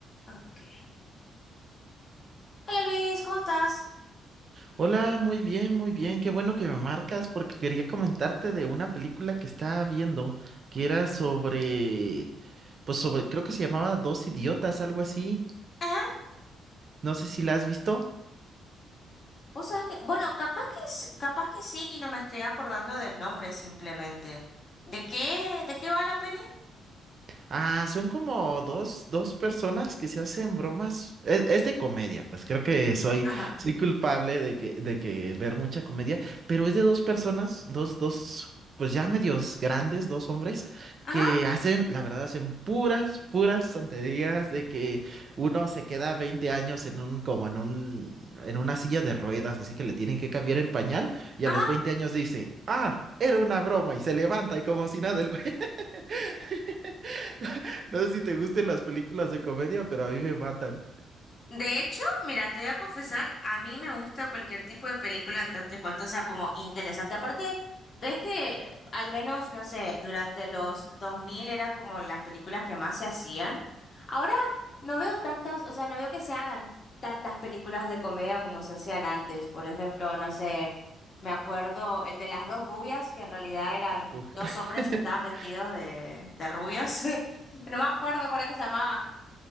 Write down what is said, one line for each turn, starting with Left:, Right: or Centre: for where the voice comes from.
Left: Ok. Hola Luis, ¿cómo estás?
Right: Hola, muy bien, muy bien. Qué bueno que me marcas porque quería comentarte de una película que estaba viendo que era sobre, pues sobre, creo que se llamaba Dos Idiotas, algo así.
Left: Ajá.
Right: No sé si la has visto.
Left: Vos sabés que, bueno, capaz que, s- capaz que sí y no me estoy acordando del nombre simplemente. ¿De qué, de qué va la peli?
Right: Ah, son como dos, dos personas que se hacen bromas. Es, es de comedia, pues creo que soy,
Left: Ajá,
Right: soy culpable de que, de que ver mucha comedia, pero es de dos personas, dos, dos, pues ya medios grandes, dos hombres,
Left: ajá,
Right: que hacen, la verdad, hacen puras, puras tonterías de que uno se queda 20 años en un, como en un, en una silla de ruedas, así que le tienen que cambiar el pañal, y
Left: ajá.
Right: a los 20 años dice, ah, era una broma, y se levanta y como si nada el güey. <laughs> No sé si te gusten las películas de comedia, pero a mí me matan.
Left: De hecho, mira, te voy a confesar, a mí me gusta cualquier tipo de película en tanto y cuanto sea como interesante. Aparte, es que al menos, no sé, durante los 2000 era como las películas que más se hacían. Ahora no veo tantas, o sea, no veo que se hagan tantas películas de comedia como se hacían antes. Por ejemplo, no sé, me acuerdo el de las dos rubias, que en realidad eran
Right: Uf.
Left: dos
Right: <laughs>
Left: hombres que estaban vestidos de, de rubios. <laughs> No me acuerdo cuál era que se llamaba,